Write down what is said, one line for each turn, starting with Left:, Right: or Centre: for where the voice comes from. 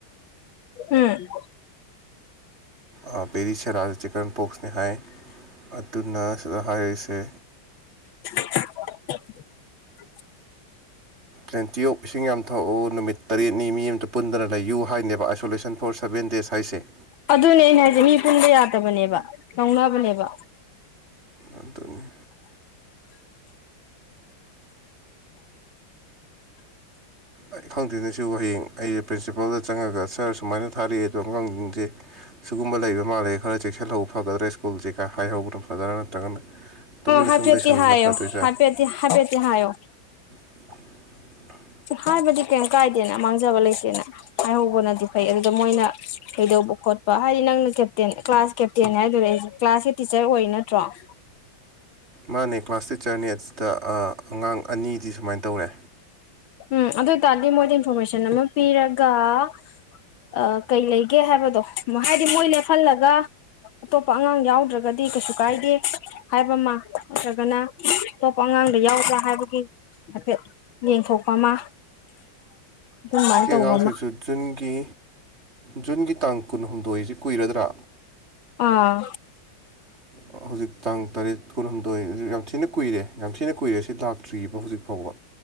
Left: ꯎꯝ
Right: ꯑꯥ ꯕꯦꯔꯤ ꯁꯦꯔꯥ ꯖꯤ ꯆꯤꯛꯀꯟ ꯄꯣꯛꯣꯛꯁꯅꯦ ꯍꯥꯏ ꯑꯗꯨꯅ ꯁꯤꯗꯥ ꯍꯥꯏꯔꯤꯁꯦ
Left: <inaudible>
Right: ꯇꯦꯟꯇꯤꯌꯣꯛ ꯏꯁꯤꯡ ꯌꯥꯝꯊꯣꯛꯎ ꯅꯨꯃꯤꯠ ꯇꯔꯦꯠꯅꯤ ꯃꯤ ꯑꯃꯗ ꯄꯨꯟꯗꯅ ꯂꯩꯌꯨ ꯍꯥꯏꯅꯦꯕ ꯑꯥꯏꯁꯣꯂꯦꯁꯟ ꯐꯣꯔ ꯁꯕꯦꯟ ꯗꯦꯖ ꯍꯥꯏꯁꯦ
Left: ꯑꯗꯨꯅꯦ ꯑꯩꯅ ꯍꯥꯏꯁꯦ ꯃꯤ ꯄꯨꯟꯕ ꯌꯥꯗꯕꯅꯦꯕ ꯂꯧꯅꯕꯅꯦꯕ
Right: ꯑꯗꯨ ꯑꯗꯨꯅꯤ ꯑꯩ ꯈꯪꯗꯦꯅꯦ ꯁꯤꯕꯨ ꯍꯌꯦꯡ ꯑꯩꯁꯦ ꯄ꯭ꯔꯤꯟꯁꯤꯄꯥꯜꯗ ꯆꯪꯉꯒ ꯁꯥꯔ ꯁꯨꯃꯥꯏꯅ ꯊꯥꯔꯛꯑꯦ ꯑꯗꯣ ꯑꯉꯥꯡꯁꯦ ꯁꯤꯒꯨꯝꯕ ꯂꯩꯕ ꯃꯥꯜꯂꯦ ꯈꯔ ꯆꯦꯛꯁꯤꯜꯍꯧꯕ ꯐꯒꯗ꯭ꯔꯥ ꯁ꯭ꯀꯨꯜꯁꯦ ꯍꯥꯏꯍꯧꯕꯅ ꯐꯗ꯭ꯔꯥ ꯅꯠꯇ꯭ꯔꯒꯅ ꯇꯨꯃꯤꯟꯅ
Left: ꯍꯥꯐꯦꯠꯇꯤ
Right: ꯁꯨꯝ ꯂꯩꯁꯟꯕꯅ
Left: ꯍꯥꯏꯌꯣ
Right: ꯐꯗꯣꯏꯖꯥꯠꯂ
Left: ꯍꯥꯐꯦꯠ ꯍꯥꯐꯤꯠꯇꯤ ꯍꯥꯏꯌꯣ
Right: <inaudible>
Left: ꯍꯥꯏꯕꯗꯤ ꯀꯩꯝ ꯀꯥꯏꯗꯦꯅ ꯃꯥꯡꯖꯕ ꯂꯩꯇꯦꯅ ꯍꯥꯏꯍꯧꯕꯅꯗꯤ ꯐꯩ ꯑꯗꯨꯗ ꯃꯣꯏꯅ ꯀꯩꯗꯧꯕ ꯈꯣꯠꯄ ꯍꯥꯏꯗꯤ ꯅꯪꯅ ꯀꯦꯞꯇꯦꯟ ꯀ꯭ꯂꯥꯁ ꯀꯦꯞꯇꯦꯟ ꯍꯥꯏꯗꯧꯔꯦ ꯑꯩꯁꯦ ꯀ꯭ꯂꯥꯁꯀꯤ ꯇꯤꯆꯔ ꯑꯣꯏꯔꯤ ꯅꯠꯇ꯭ꯔꯣ <inaudible>
Right: ꯃꯥꯅꯦ ꯀ꯭ꯂꯥꯁ ꯇꯤꯆꯔꯅꯦ ꯁꯤꯗ ꯑꯉꯥꯡ ꯑꯅꯤꯗꯤ ꯁꯨꯃꯥꯏꯅ ꯇꯧꯔꯦ
Left: ꯎꯝ ꯑꯗꯨ ꯑꯣꯏ ꯇꯔꯗꯤ ꯃꯣꯏꯗ ꯏꯟꯐꯣꯔꯃꯦꯁꯟ ꯑꯃ ꯄꯤꯔꯒ ꯑ ꯥ ꯀꯩ ꯂꯩꯒꯦ ꯍꯥꯏꯕꯗꯣ ꯍꯥꯏꯗꯤ ꯃꯣꯏ ꯂꯦꯞꯍꯜꯂꯒ ꯑꯇꯣꯞꯄ ꯑꯉꯥꯡ ꯌꯥꯎꯗ꯭ꯔꯒꯗꯤ ꯀꯩꯁꯨ ꯀꯥꯏꯗꯦ ꯍꯥꯏꯕ ꯑꯃ ꯅꯠꯇ꯭ꯔꯒꯅ ꯑꯇꯣꯞꯄ ꯑꯉꯥꯡ ꯑꯉꯥꯡꯗ ꯌꯥꯎꯕ꯭ꯔꯥ ꯍꯥꯏꯕꯒꯤ ꯍꯥꯏꯐꯦꯠ ꯌꯦꯡꯊꯣꯛꯄ ꯑꯃ ꯑꯗꯨꯃꯥꯏꯅ
Right: ꯍꯧꯖꯤꯛ
Left: ꯇꯧꯕ
Right: ꯑꯉꯥꯡꯁꯤꯁꯨ
Left: ꯑꯃ
Right: ꯖꯨꯟꯒꯤ ꯖꯨꯟꯒꯤ ꯇꯥꯡ ꯀꯨꯟꯍꯨꯝꯗꯣꯏꯁꯤ ꯀꯨꯏꯔꯗ꯭ꯔꯥ
Left: ꯑꯥ
Right: ꯍꯧꯖꯤꯛ ꯇꯥꯡ ꯇꯔꯦꯠ ꯀꯨꯟꯍꯨꯝꯗꯣꯏ ꯌꯥꯝ ꯊꯤꯅ ꯀꯨꯏꯔꯦ ꯌꯥꯝ ꯊꯤꯅ ꯀꯨꯏꯔꯦ ꯁꯤ ꯂꯥꯛꯇ꯭ꯔꯤ ꯇ꯭ꯔꯤꯕ ꯍꯧꯖꯤꯛ ꯐꯥꯎꯕ